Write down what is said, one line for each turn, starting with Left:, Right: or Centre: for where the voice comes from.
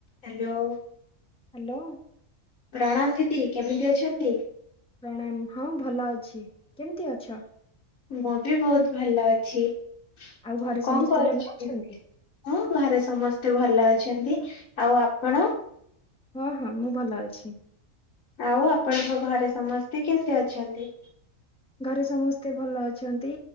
Left: Hello.
Centre: Hello.
Left: ପ୍ରଣାମ ଦିଦି। କେମିତି ଅଛନ୍ତି?
Centre: ପ୍ରଣାମ। ହଁ ଭଲ ଅଛି। କେମିତି ଅଛ?
Left: ମୁଁ ବି ବହୁତ ଭଲ ଅଛି।
Centre: ଘରେ
Left: ଆଉ କଣ
Centre: ସମସ୍ତେ
Left: କରୁଛନ୍ତି?
Centre: ଭଲ ଅଛନ୍ତି?
Left: ହଁ ଘରେ ସମସ୍ତେ ଭଲ ଅଛନ୍ତି। ଆଉ ଆପଣ?
Centre: ହଁ ହଁ ମୁଁ ଭଲ ଅଛି।
Left: ଆଉ ଆପଣଙ୍କ ଘରେ ସମସ୍ତେ କେମିତି ଅଛନ୍ତି?
Centre: ଘରେ ସମସ୍ତେ ଭଲ ଅଛନ୍ତି।